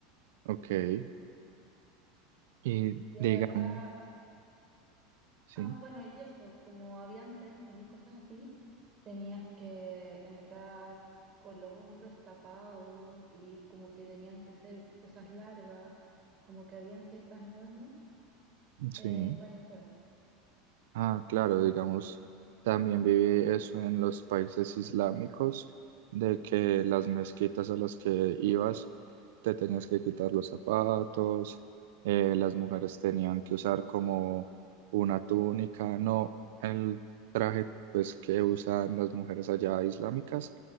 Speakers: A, on the right; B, on the right.
A: ok. Y
B: Yo
A: digamos,
B: de verdad
A: sí,
B: Ah, bueno, y eso, como habían templos y cosas así, tenías que entrar con los hombros tapados y como que tenían que ser cosas largas, como que habían ciertas normas
A: sí.
B: eh, para entrar.
A: Ah, claro, digamos, también viví eso en los países islámicos, de que las mezquitas a las que ibas te tenías que quitar los zapatos, eh, las mujeres tenían que usar como una túnica, no el traje pues que usan las mujeres allá islámicas,